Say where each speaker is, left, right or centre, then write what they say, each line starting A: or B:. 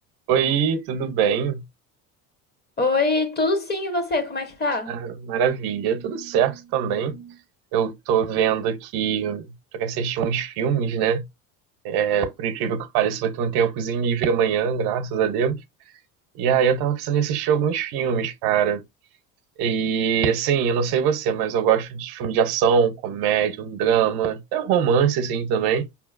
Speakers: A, on the right (about 65°); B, on the left (about 25°).
A: Oi, tudo bem?
B: Oi, tudo sim, e você? Como é que tá?
A: Ah, maravilha, tudo certo também. Eu tô vendo aqui pra assistir uns filmes, né? É, por incrível que pareça, vai ter um tempozinho livre amanhã, graças a Deus. E aí eu tava pensando em assistir alguns filmes, cara. E assim, eu não sei você, mas eu gosto de filme de ação, comédia, um drama, até um romance assim também.